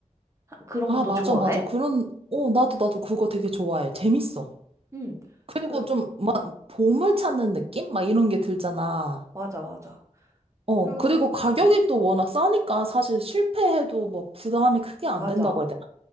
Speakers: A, on the right; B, on the right.
A: 아, 그런
B: 아,
A: 것도
B: 맞아,
A: 좋아해?
B: 맞아. 그런, 어, 나도, 나도 그거 되게 좋아해. 재밌어.
A: 응,
B: 그리고
A: 그,
B: 좀, 막, 보물 찾는 느낌? 막 이런 게 들잖아.
A: 맞아, 맞아.
B: 어,
A: 그리고,
B: 그리고 가격이
A: 음,
B: 또 워낙 싸니까 사실 실패해도 뭐 부담이 크게 안
A: 맞아,
B: 된다고 해야 되나?